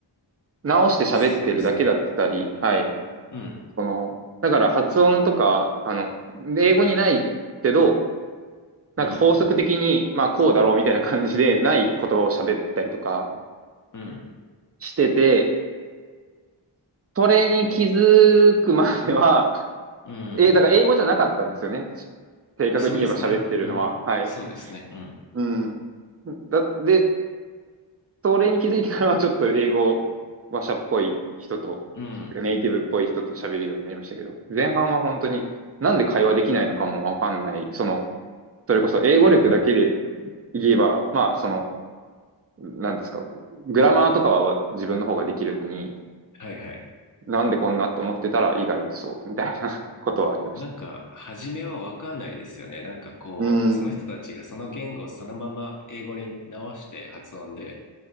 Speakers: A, on the right (about 35°); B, on the left (about 45°).
A: 直して喋ってるだけだったり、
B: ああ、そうですね。
A: はい。
B: うん。
A: その、だから発音とか、あの、英語にないけど、なんか法則的に、
B: うん。
A: まあこうだろうみたいな感じでない言葉を喋ってたりとか
B: うん。
A: してて、それに気づくまでは、
B: うん。
A: え、だから英語じゃなかったんですよね。し正確に言えば喋ってるのは。
B: そうですね。うん。
A: はい。
B: そうですね。うん。
A: うん。だ、で、それに気づいてからはちょっと英語ワシャっぽい人とネイティブっぽい人と喋るようになりましたけど前半は本当になんで会話できないのかもわかんないその
B: うん。
A: それこそ英語力だけで
B: うん。
A: 言えばまあそのなんですかグラマーとかは自分の方ができるのに
B: はいはい。
A: なんでこんなと思ってたら意外とそうみたいなことはありましたけ
B: なんか、初めはわかんないですよね。なんかこう、
A: ど。うん
B: その人たちがその言語をそのまま英語に直して発音で、